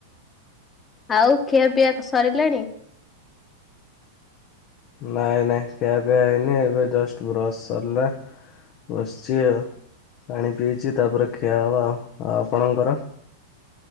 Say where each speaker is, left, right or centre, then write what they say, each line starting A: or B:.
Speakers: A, on the left (about 20°); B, on the left (about 45°).
A: ଆଉ ଖିଆ ପିଆ ସରିଲାଣି?
B: ନାଇଁ ନାଇଁ ଖିଆ ପିଆ ହେଇନି ଏବେ ଜଷ୍ଟ ବ୍ରସ ସରିଲା। ବସିଛି ଆଉ ପାଣି ପିଇଛି ତାପରେ ଖ୍ଆ ହବ। ଆଉ ଆପଣଙ୍କର?